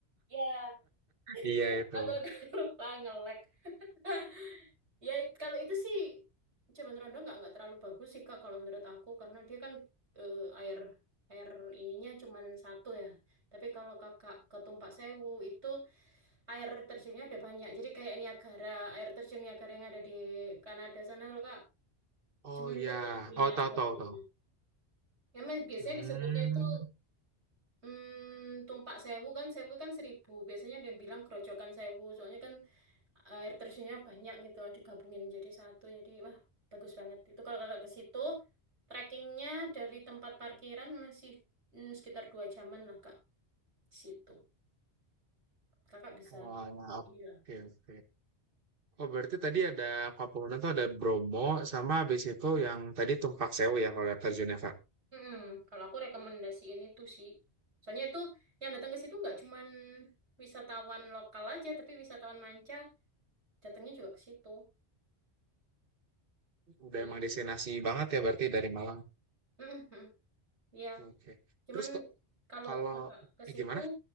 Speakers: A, on the right; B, on the right.
A: Ya, <laughs>
B: Iya itu.
A: aku agak lupa ngelek. <laughs> Ya, kalau itu sih cuman Rondo nggak nggak terlalu bagus sih Kak kalau menurut aku karena dia kan eh, air air ininya cuman satu ya. Tapi kalau Kakak ke Tumpak Sewu itu air terjunnya ada banyak. Jadi kayak Niagara, air terjun Niagara yang ada di Kanada sana loh Kak.
B: Oh
A: Cuman itu
B: ya,
A: mi- miniaturnya.
B: oh tahu tahu tahu.
A: Emang biasanya
B: Hmm,
A: disebutnya itu hmm, Tumpak Sewu kan, Sewu kan seribu. Biasanya ada yang bilang Grojogan Sewu. Soalnya kan air terjunnya banyak gitu digabungin jadi satu jadi wah bagus banget itu kalau kakak ke situ trekkingnya dari tempat parkiran masih mm, sekitar dua jaman lah kak di situ kakak bisa
B: walah, oke
A: inilah
B: oke. Oh berarti tadi ada Kapolda tuh ada Bromo sama habis itu yang tadi Tumpak Sewu ya kalau air terjunnya Kak.
A: Mm-mm. kalau aku rekomendasi ini tuh sih soalnya itu yang datang ke situ nggak cuman wisatawan lokal aja tapi wisatawan manca datangnya juga ke situ
B: Udah
A: gitu
B: emang destinasi banget ya berarti dari Malang.
A: Mm-mm. ya
B: Oke.
A: Cuman
B: Terus kok
A: kalau
B: kalau
A: kakak ke
B: eh,
A: situ,
B: gimana?